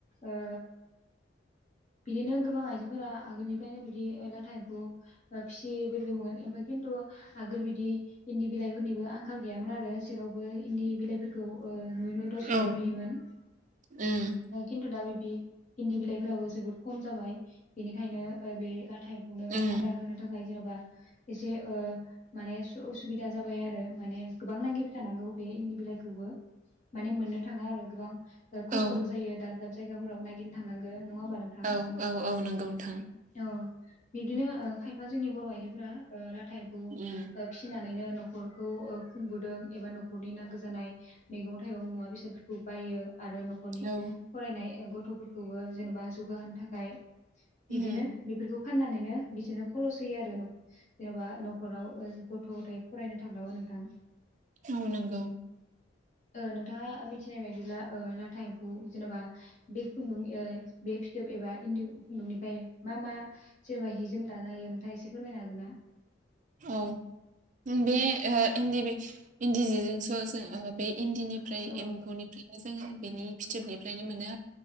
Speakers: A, on the left; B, on the right.
A: ओ बिदिनो गोबां आइजोफोरा आगोलनिफ्रायनो बिदि लाथा एम्फौ फिसि बोदोंमोन ओमफ्राय खिन्थ खिन्थु आगोल बिदि इन्दि बिलाइफोरनिबो आंखाल गैयामोन आरो जेरावबो इन्दि बिलाइफोरखौ ओ नुयो रज'नायखौ
B: औ
A: नुयोमोन
B: उम
A: खिन्थु दा बिब्दि इन्दि बिलाइफोराबो जोबोद खम जाबाय बेनिखायनो ओ बे लाथा एम्फौनो
B: उम
A: आदार होनो थाखाय जेनेबा एसे ओ माने उसुबिदा जाबाय आरो माने गोबां नागिरबाय थानांगौ बे इदि बिलाइखौबो माने मोननो थाङा आरो गोबां ओ खस्थ'बो
B: औ
A: जायो दाब दाब जायगाफोराव नागिरनो थांनांगो नङा होमबा? नोंथां
B: औ औ औ नंगौ नोंथां
A: औ बिदिनो ओ खायफा जोंनि बर' आइजोफोरा ओ लाथा एम्फौ ओ
B: उम
A: फिसिनानै न' खरखौ ओ खुंबोदों एबा न'खरनि नांगौ जानाय मैगं थाइगं मुवा बेसादफोरखौ बायो। आरो न'खरनि
B: औ
A: फरायनाय गथ'फोरखौबो जेनेबा जौगाहोनो थाखाय
B: उम
A: बिदिनो बेफोरखौ फाननानैनो बिसोरनो खरस होयो आरो जेन'बा न'खराव ओ गथ' गथाय फरायनो थाब्लाबो नों थां
B: औ नंगौ
A: ओ नोंथाङा मिथिनाय बायदिब्ला ओ लाथा एम्फौ जेनेबा बे खुन्दुं ओ बे फिथोब एबा इन्दि खुन्दुंनिफ्राय मा मा जेनेबा हि जोम दानो हायो नोंथाङा एसे फोरमायनो हागोन ना?
B: <inaudible> औ बे ओ इन्दि इन्दि जिजोंसो जों बे इन्दिनिफ्राय
A: औ
B: एम्फौनिफ्रायनो जोङो बेनि फिथोबनिफ्रायनो मोनो